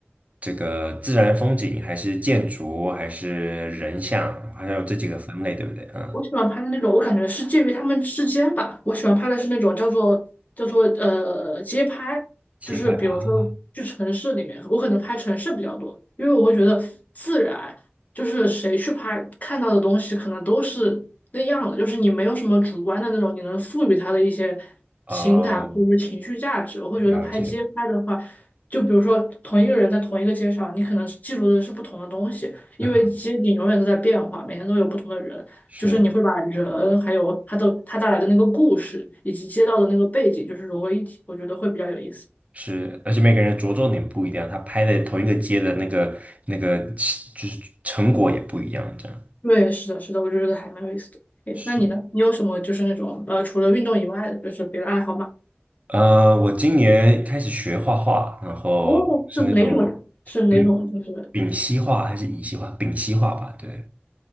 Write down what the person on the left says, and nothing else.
我喜欢拍的那种，我感觉是介于他们之间吧。我喜欢拍的是那种叫做叫做呃街拍，
就是比如说去城市里面，我可能拍城市比较多，因为我会觉得自然，就是谁去拍看到的东西可能都是那样的，就是你没有什么主观的那种，你能赋予它的一些
情感或者是情绪价值。我会觉得拍街拍的话，
就比如说同一个人在同一个街上，你可能记录的是不同的东西，因为街景永远都在变化，
每天都有不同的人。
就是你会把人还有他的他带来的那个故事以及街道的那个背景，就是融为一体，我觉得会比较有意思。
对，是的，是的，我就觉得还蛮有意思的。诶，
那你呢？你有什么就是那种呃，除了运动以外的，就是别的爱好吗？
哦，是哪种呀？是哪种？
就是